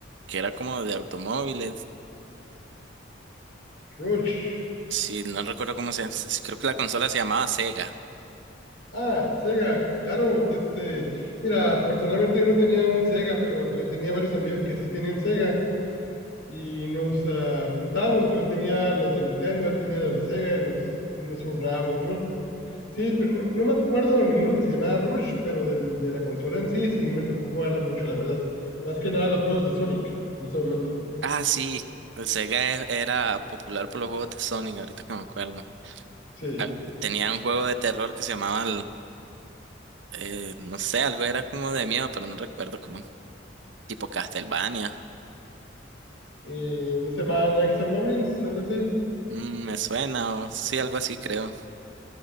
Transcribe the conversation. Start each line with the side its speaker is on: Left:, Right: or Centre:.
Right: que era como de automóviles.
Left: Rush.
Right: Sí, no recuerdo cómo se llama. Sí, Creo que la consola se llamaba Sega.
Left: Ah, el Sega, claro, de este, mira, personalmente yo no tenía un Sega, pero yo tenía varios amigos que sí tenían Sega y nos ah, juntábamos, yo tenía los de Nintendo, él tenía los de Sega y nos, nos turnábamos, ¿no? Sí, pero no, no me acuerdo de ninguno que se llamaba Rush, pero del, de la consola en sí, sí, me tocó jugarla mucho, la verdad. Más que nada los juegos de Sonic en ese momento,
Right: Ah, sí. Sega e- era popular por los juegos de Sonic, ahorita que me acuerdo.
Left: sí.
Right: Ah, Tenía un juego de terror que se llamaba Eh, no sé, algo era como de miedo, pero no recuerdo, como tipo Castlevania.
Left: Y no se llamaban Knights and Goblins, algo así,
Right: Mm, me suena, o sí, algo así creo.